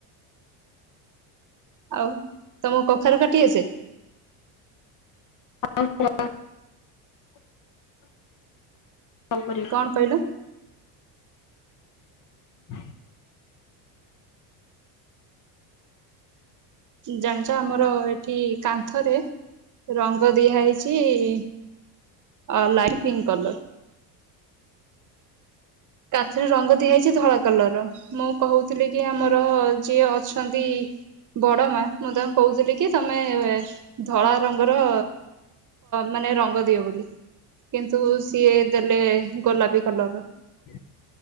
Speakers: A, on the right (about 40°); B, on the left (about 40°).
A: ଆଉ ତମକୁ କଖାରୁ କାଟି ଆସେ?
B: <inaudible> କଲ କରିବ।
A: କଣ କହିଲ
B: <unintelligible>
A: ଜାଣିଛ ଆମର ଏଠି କାନ୍ଥରେ ରଙ୍ଗ ଦିଆ ହେଇଛି ଇ ଅ ଲାଇଟ୍ ପିଙ୍କ କଲର। କାନ୍ଥରେ ରଙ୍ଗ ଦିଆଯାଇଛି ଧଳା କଲର ର। ମୁଁ କହୁଥିଲି କି ଆମର ଯିଏ ଅଛନ୍ତି ବଡ ମା ମୁଁ ତାଙ୍କୁ କହୁଥିଲି କି ତମେ ଏ ଧଳା ରଙ୍ଗର ମାନେ ରଙ୍ଗ ଦିଅ ବୋଲି କିନ୍ତୁ ସିଏ ଦେଲେ ଗୋଲାପୀ କଲର ର।
B: <inaudible>